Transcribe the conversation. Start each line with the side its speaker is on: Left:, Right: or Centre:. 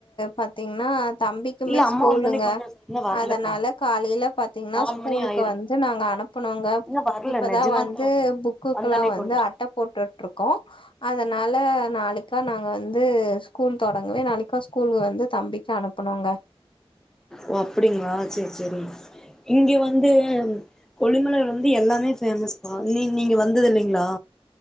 Left: பாத்தீங்கன்னா தம்பிக்குமே
Centre: இல்ல அம்மா
Left: ஸ்கூலுங்க
Centre: வந்தோனே கொண்டு வர சொல் இன்னு வரலப்பா
Left: அதனால காலையில பாத்தீங்கன்னா
Centre: நாலு
Left: ஸ்கூலுக்கு
Centre: மணி ஆயிரு
Left: வந் து நாங்க அனுப்புனுங்க
Centre: இன்னு வரல
Left: இப்பதா
Centre: நெஜமாலுதா
Left: வந்து புக்குக்குல்லா
Centre: வந்தோனே
Left: வந்து
Centre: கொண்டு வர
Left: அட்ட
Centre: சொல்
Left: போட்டுட்டு இருக்கோ அதனால நாளைக்கா நாங்க வந் து ஸ்கூல் தொடங்கவே நாளைக்கா ஸ்கூல் வந்து தம்பிக்கு அனுப்பனுங்க
Centre: ஓ அப்டிங்களா செரி செரி இங்க வந்து கொல்லிமலைல வந்து எல்லாமே ஃபேமஸ் பா நீ நீங்க வந்தது இல்லைங்களா